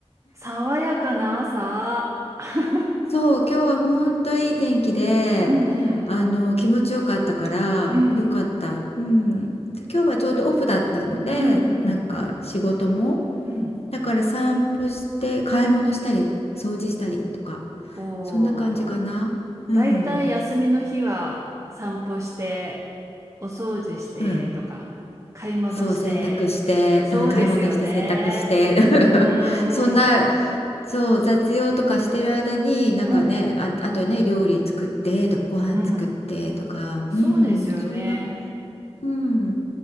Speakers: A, on the right; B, on the left.
A: 爽やかな朝。<laughs>
B: そう今日は本当いい天気であの気持ちよかったからよかった、
A: うんうん。うん。
B: うん、で今日はちょうどオフだったのでなんか仕事も
A: うんうんうん。
B: だから散歩して買い物したり掃除したりとか
A: おー。
B: そんな感じかな。うん
A: だいたい休みの日は散歩して、お掃除してとか、
B: うん、
A: 買い物して。
B: そう、洗濯して、
A: そうですよね。
B: うん、買い物して洗濯して <laughs>、
A: うんうん。
B: そんな、そう、雑用とかしてる間に、なんかね、
A: うん
B: あ、あとね、料理作ってとか、ご飯作ってとか、
A: うん。そうですよね。
B: うん、そんな、うん。